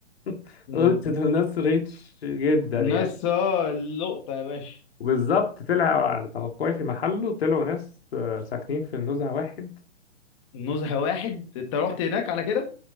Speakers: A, on the left (about 60°); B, on the left (about 25°).
A: <laughs>
B: مم.
A: قلت دول ناس ريتش جدا
B: الناس
A: يعني
B: اه اللقطه يا باشا
A: وبالظبط طلع على توقعي في محله طلعوا ناس آه، ساكنين في النزهه واحد
B: نزهه واحد انت رحت هناك على كده